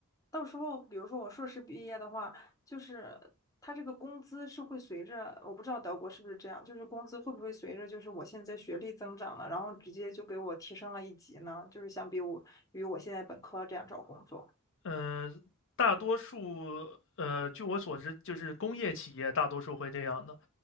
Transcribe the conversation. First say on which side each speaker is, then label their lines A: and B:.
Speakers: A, on the left; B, on the left.
A: 到时候，比如说我硕士毕业的话，就是他这个工资是会随着，我不知道德国是不是这样，就是工资会不会随着就是我现在学历增长了，然后直接就给我提升了一级呢？就是相比我与我现在本科这样找工作。
B: 嗯、呃大多数呃，据我所知，就是工业企业大多数会这样的。